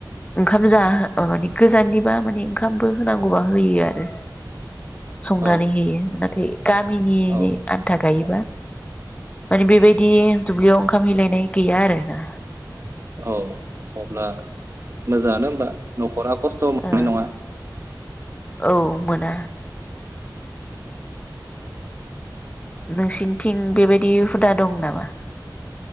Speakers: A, on the left (about 15°); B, on the right (about 35°).
A: ओंखाम जा माने गोजाननिबा माने ओंखामबो होनांगौबा होयो आरो संनानै
B: औ
A: होयो नाथाय गामिनि
B: औ
A: आन्था गायोबा माने बेबायदि दुब्लियाव ओंखाम हैैलायनाय गैया आरोना
B: औ अब्ला मोजाङानो होमबा न'खरा खस्थ' मोननाय
A: ओ
B: नङा
A: औ मोना नोंसिनिथिं बेबायदि हुदा दं नामा